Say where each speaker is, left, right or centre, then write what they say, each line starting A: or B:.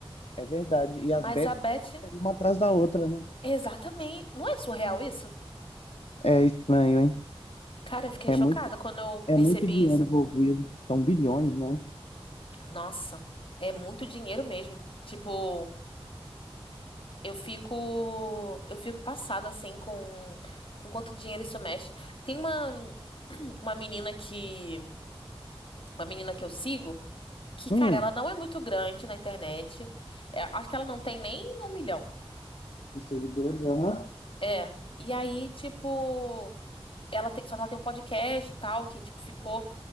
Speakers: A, on the left; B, on the left.
A: É verdade. E as
B: Mas
A: betas
B: a Bet,
A: passando uma atrás da outra, né?
B: exatamente. Não é surreal isso?
A: É estranho, hein?
B: Cara, eu fiquei
A: É
B: chocada
A: muito,
B: quando eu
A: é
B: percebi
A: muito dinheiro
B: isso.
A: envolvido. São bilhões, né?
B: Nossa, é muito dinheiro mesmo. Tipo. Eu fico, eu fico passada assim com, com quanto dinheiro isso mexe. Tem uma <clears throat> uma menina que, uma menina que eu sigo, que,
A: Hum.
B: cara, ela não é muito grande na internet. É, acho que ela não tem nem um milhão.
A: De seguidores, aham.
B: É. E aí, tipo, ela tem, só que ela tem um podcast e tal, que, tipo, ficou,